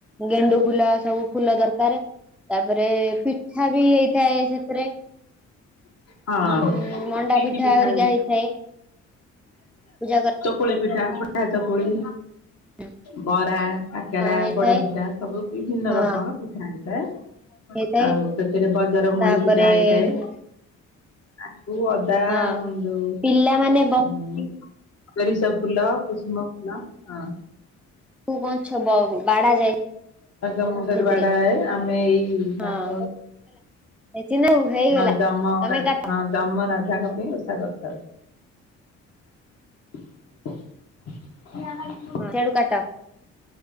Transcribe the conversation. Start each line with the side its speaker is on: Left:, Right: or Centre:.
Centre: ଗେଣ୍ଡୁ ଫୁଲ ସବୁ ଫୁଲ ଦରକାର। ତାପରେ ପିଠା ବି ହେଇଥାଏ ସେଥିରେ।
Left: ହଁ
Centre: ନା ମଣ୍ଡା
Left: କି
Centre: ପିଠା
Left: କି
Centre: ହରିକା
Left: ହୁଏ?
Centre: ହେଇଥାଏ। ପୂଜା କର
Left: ପୋଳି ପିଠା ଅଟା ଚକୁଳି।
Centre: ହଁ
Left: ବରା କାକରା
Centre: ହେଇଥାଏ
Left: ପୋଡ ପିଠା ସବୁ ବିଭିନ୍ନ
Centre: ହଁ
Left: ରକମର ପିଠା ହେଇଥାଏ।
Centre: ହେଇଥାଏ
Left: ଆଉ ସେଥିରେ ବଜରମୂଳି
Centre: ତାପରେ
Left: ପୂଜା ହେଇଥାଏ।
Centre: ଉଁ,
Left: ଆଖୁ ଅଦା
Centre: ହଁ
Left: ଯୋଉ
Centre: ପିଲାମାନେ
Left: ଉଁ ସସୋରିସ ଫୁଲ କୁସୁମ ଫୁଲ ହଁ।
Centre: ପାଁ ଛବ ବାଡ଼ା ଯାଏ।
Left: ପାଞ୍ଚ ମୁଣ୍ଡରେ
Centre: ସେଥିରେ
Left: ବାଡା ହଏ ଆମେ ଏଇ
Centre: ହଁ
Left: ବାଟ
Centre: ଚିନୁ ହେଇଗଲା
Left: ନହେ ଜମ
Centre: ତମେ କାଟ
Left: ଜମରାଜାଙ୍କପାଇଁ ଓଷା କରିଥାଉ। <unintelligible>
Centre: ସିଆଡୁ କାଟ।